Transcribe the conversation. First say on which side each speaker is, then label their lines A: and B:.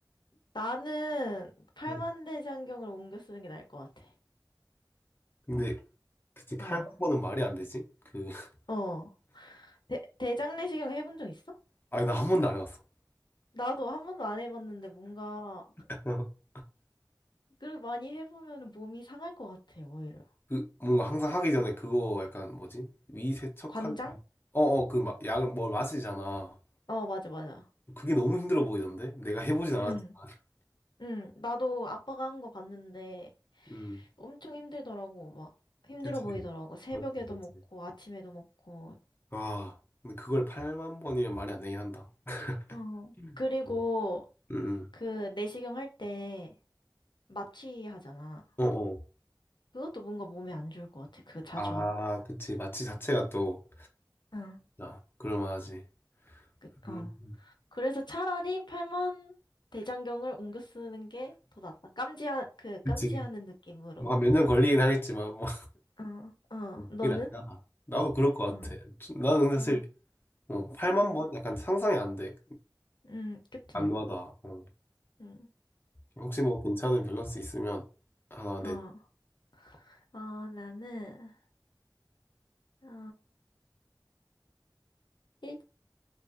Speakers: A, on the left (about 80°); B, on the left (about 30°).
A: 나는 팔만대장경을
B: 응.
A: 옮겨 쓰는 게 나을 것 같아.
B: 근데, 그치, 팔만
A: 어,
B: 번은 말이 안 되지? 그, <laughs>
A: 어. 대, 대장내시경 해본 적 있어?
B: 아니, 나 한 번도 안 해봤어.
A: 나도 한 번도 안 해봤는데 뭔가
B: <laughs>
A: 그걸 많이 해보면 몸이 상할 것 같아, 오히려.
B: 그 뭔가 항상 하기 전에 그거 약간 뭐지? 위 세척하는
A: 관장?
B: 어어 그 막 약을 뭘 마시잖아.
A: 어, 맞아, 맞아.
B: 그게 너무 힘들어 보이던데? 내가 해보진 않았지만.
A: 응,
B: <laughs>
A: 응. 나도 아빠가 한 거 봤는데
B: 음.
A: 엄청 힘들더라고, 막. 힘들어
B: 그치.
A: 보이더라고. 새벽에도
B: 맞지, 맞지.
A: 먹고, 아침에도 먹고,
B: 와, 근데 그걸 8만 번이면 말이 안 되긴 한다.
A: 어,
B: 음.
A: 그리고
B: 음. 음.
A: 그 내시경 할 때 마취 하잖아.
B: 어어.
A: 그것도 뭔가 몸에 안 좋을 것 같아. 그거 자주
B: 아,
A: 하면.
B: 그치. 마취 자체가 또,
A: 어,
B: 자, 그럴만하지.
A: 그,
B: 음.
A: 어.
B: 음.
A: 그래서 차라리 팔만 대장경을 옮겨 쓰는 게 더 낫다. 깜지하, 그 깜지하는
B: 그치.
A: 느낌으로.
B: 뭐 한 몇 년 걸리긴 하겠지만, 뭐,
A: 어, 어.
B: <laughs>
A: 너는?
B: 그게 아니라. 나도 그럴 것
A: 응.
B: 같아. 나는 사실,
A: 어,
B: 어, 8만
A: 음,
B: 번? 약간 상상이 안 돼.
A: 음, 그치.
B: 안와다. 어.
A: 음,
B: 혹시 뭐 괜찮은 밸런스 있으면 하나 내.
A: 어, 어, 나는, 어, 일,